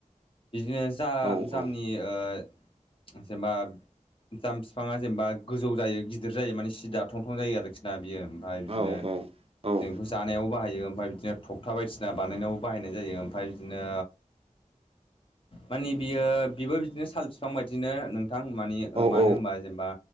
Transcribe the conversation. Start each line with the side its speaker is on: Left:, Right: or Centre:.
Left: बिदिनो जा
Right: हागोन
Left: जामनि
Right: ना
Left: ओ जेमबा जाम बिफाङा जेमबा गोजौ जायो गिदिर जायो माने दाथं थं जायो आरोखि ना बियो ओमफ्राय बिदिनो
Right: औ औ
Left: जोंखौ जानायाव बाहायो ओमफ्राय बिदिनो थखथा बायदिसिना बानायनायावबो बाहायनाय जायो ओमफ्राय बिदिनो मानि बियो बिबो बिदिनो साल बिफां बायदिनो नों थां मानि
Right: औ
Left: मानो होनबा जेनेबा